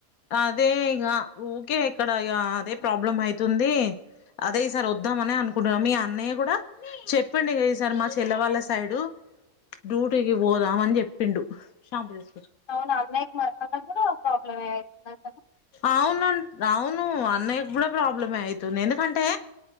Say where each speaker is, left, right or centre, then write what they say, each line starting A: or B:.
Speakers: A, on the left; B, on the left.
A: అదే ఇక ఊకే ఇక్కడ ఇక అదే ప్రాబ్లం అయితుంది. అదే ఈ సార్ వద్దామని అనుకుంటున్నాం మీ అన్నయ్య కూడా చెప్పిండు ఇక ఈ సారి మా చెల్లె వాళ్ళ సైడ్ డ్యూటీకి పోదాం అని చెప్పిండు. షాంపో తెచ్చుకో.
B: అవును అన్నయ్యకి మాత్రమే ప్రాబ్లమే. అవుతుందంట
A: అవును అవును అన్నయ్యకి కూడా ప్రాబ్లమే అయితుంది, ఎందుకంటే